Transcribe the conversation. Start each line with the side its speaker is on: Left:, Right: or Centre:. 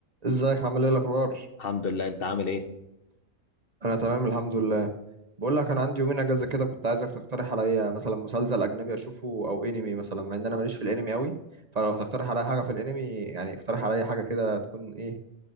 Right: ازيك عامل ايه الاخبار
Left: الحمد لله انت عامل ايه
Right: انا تمام الحمد لله بقول لك انا عندي يومين اجازه كده كنت عايزك تقترح عليا مثلا مسلسل اجنبي اشوفه او انمي مثلا مع ان انا ماليش في الانمي قوي فلو هتقترح عليا حاجه في الانمي يعني اقترح عليا حاجه كده تكون ايه